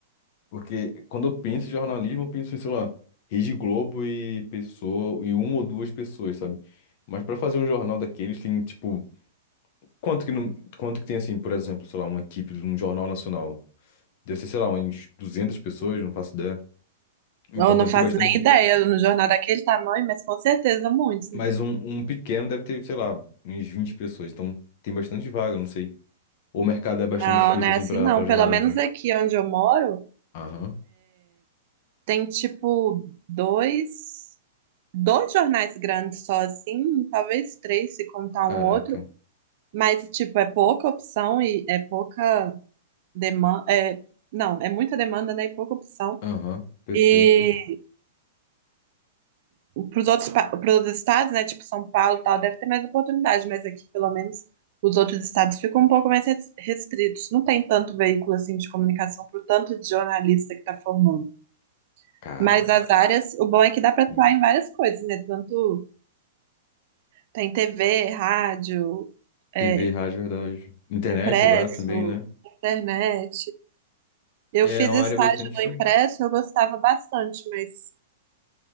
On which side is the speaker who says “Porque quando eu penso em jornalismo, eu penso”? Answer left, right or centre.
Left